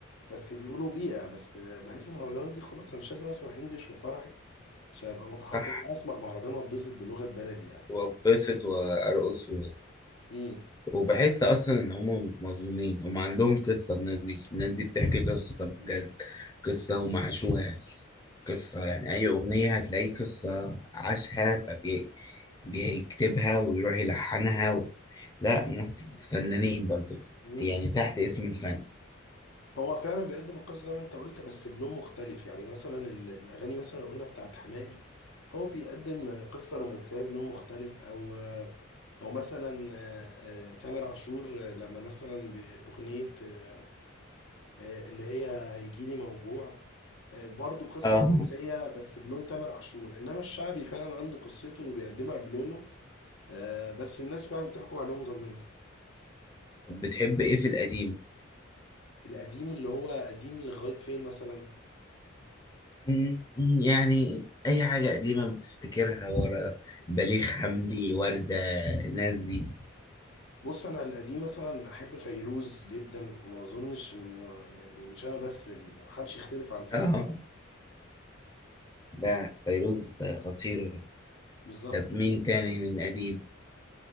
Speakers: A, on the left; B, on the left.
A: بس بيقولوا بيئة بس آه، بحس المهرجانات دي خلاص انا مش لازم اسمع انجلش في فرحي عشان ابقى متحضر
B: صح
A: اسمع مهرجان واتبسط بلغة بلدي يعني
B: وأتبسط وأرقص و...
A: امم
B: وبحس أصلا إن هما مظلومين هما عندهم قصة الناس دي الناس دي بتحكي قصة بجد قصة هما عاشوها قصة يعني أي أغنية هتلاقي قصة عاشها فبيكتبها ويروح يلحنها و... لا ناس فنانين برضو
A: امم
B: يعني تحت اسم الفن
A: هو فعلا بيقدم القصة زي ما انت قلت بس بلون مختلف يعني مثلا ال- الأغاني مثلا اللي قلنا بتاعت حماقي هو بيقدم قصة رومانسية بلون مختلف أو أو مثلا آه، آه، تامر عاشور آه، لما مثلا بأغنية آه، آه، اللي هي هيجيلي موجوع آه، برضو قصة
B: اه
A: رومانسية بس بلون تامر عاشور إنما الشعبي فعلا عنده قصته وبيقدمها بلونه آه، بس الناس فعلا بتحكم عليهم ظالمينهم
B: طب بتحب ايه في القديم
A: القديم اللي هو قديم لغاية فين مثلا
B: مم، يعني اي حاجة قديمة بتفتكرها ورا بليغ حمدي وردة الناس دي
A: بص انا القديم مثلا احب فيروز جدا ما اظنش ان ما يعني مش انا بس ال- محدش يختلف على فيروز
B: اه لا فيروز خطير
A: بالظبط
B: طب مين تاني من قديم